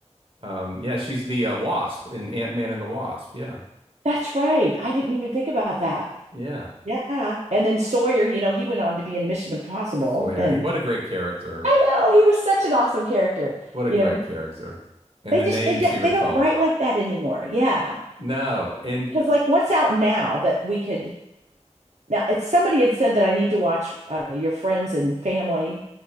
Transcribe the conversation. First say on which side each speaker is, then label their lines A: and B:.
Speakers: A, on the right; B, on the right.
A: Um, yeah, she's the uh, Wasp in Ant-Man and the Wasp. Yeah,
B: That's right. I didn't even think about that.
A: yeah.
B: Yeah. And then Sawyer, you know, he went on to be in Mission Impossible
A: Sawyer,
B: and
A: he, what a great character!
B: I know he was such an awesome character.
A: What a
B: You
A: great
B: know,
A: character! And
B: they
A: the
B: just
A: names
B: they don't
A: he would
B: they Amazing don't
A: call.
B: write dog. like superhero. that anymore. Yeah.
A: No, and
B: Because like what's out now that we could now it's, somebody had said that I need to watch uh, Your Friends and Family